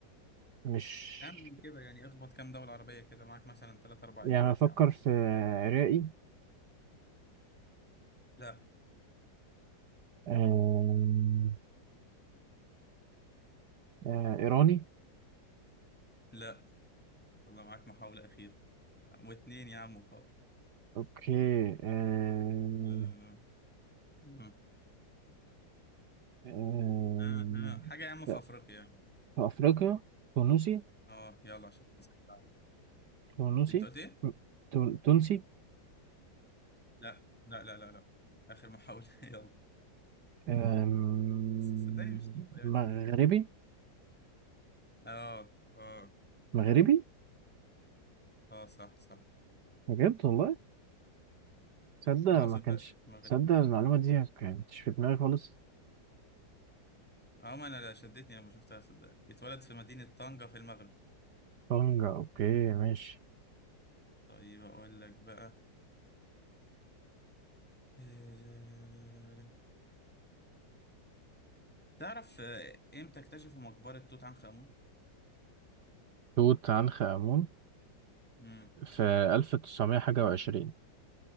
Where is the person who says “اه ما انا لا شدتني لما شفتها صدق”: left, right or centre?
Centre